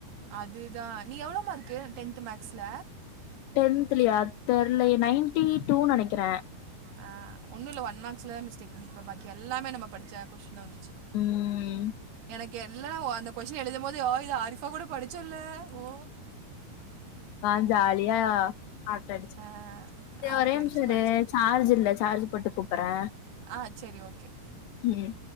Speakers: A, on the right; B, on the left.
A: அதுதா நீ எவ்ளோ மார்க்கு டென்த்து மேக்ஸ்ல?
B: டென்த்லியா தெர்லயே நைன்டி டூ நெனக்கிறே.
A: ஆ ஒன்னு இல்ல ஒன் மாக்ஸ்லதா மிஸ்டேக் <unintelligible> பாக்கி எல்லாமே நம்ம படிச்ச கொஸ்டின் தா வந்துச்சு.
B: ம்.
A: எனக்கு எல்லா உ அந்த கொஸின் எழுதும் போது அ இது அரிஃபா கூட படிச்சோல்ல ஓ
B: ஆ ஜாலியா அரட்ட அடிச்சு
A: ஆ
B: ஏ
A: அர்த்தடிச்சு
B: ஒரே நிம்ஷ இரு
A: படிச்சு
B: சார்ஜ் இல்ல சார்ஜ் போட்டு கூப் புட்றே
A: ஆ சேரி ஓகே
B: ம்